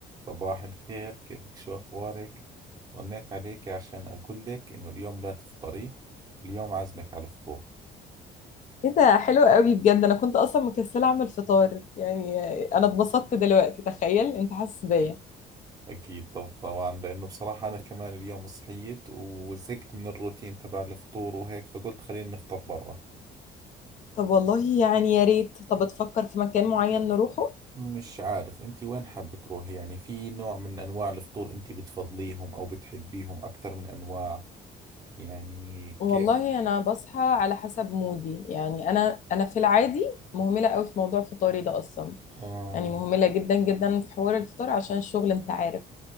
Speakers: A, on the right; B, on the left.
A: صباح الخير كيفك شو أخبارك؟ رنيت عليك عشان أقول لك إنه اليوم لا تفطري اليوم عازمك على الفطور
B: ايه ده حلو قوي بجد انا كنت اصلا مكسله اعمل فطار يعني انا اتبسطت دلوقتي تخيل انت حاسس بيا
A: أكيد طب طبعا لأنه بصراحة أنا كمان اليوم صحيت وزهقت من الروتين تبع الفطور وهيك فقلت خلينا نفطر برا
B: طب والله يعني يا ريت طب تفكر في مكان معين نروحه
A: مش عارف أنت وين حابة تروحي يعني في نوع من أنواع الفطور أنت بتفضليهم أو بتحبيهم أكثر من أنواع يعني
B: والله
A: كيف؟
B: انا بصحى على حسب مودي يعني انا انا في العادي مهمله قوي في موضوع فطاري ده اصلا
A: آه
B: يعني مهمله جدا جدا في حوار الفطار عشان الشغل انت عارف